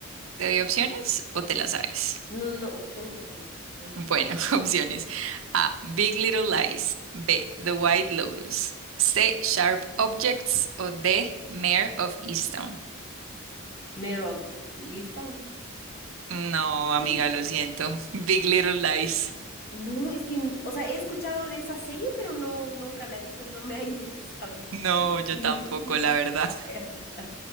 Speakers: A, on the right; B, on the left.
A: ¿Te doy opciones o te
B: S-
A: la sabes?
B: No, no, opciones porque ¿dónde?
A: Bueno, <laughs> opciones. A. Big Little Lies. B. The White Lotus. C. Sharp Objects. O D. Mayor of Easttown.
B: Mero Easttown.
A: No, amiga,
B: ¡Ay!
A: lo siento. <laughs> Big Little Lies.
B: No, es que, n- o sea, he escuchado de esa serie, pero no, nunca la he visto, no me ha interesado.
A: No, yo
B: No.
A: tampoco, la verdad.
B: <laughs>